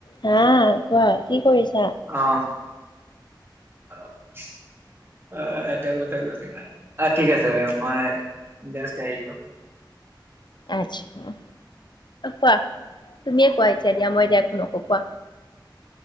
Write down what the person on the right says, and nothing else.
অ' অ এটা কথা গতিকে অ ঠিক আছে মই জাষ্ট আহিলো।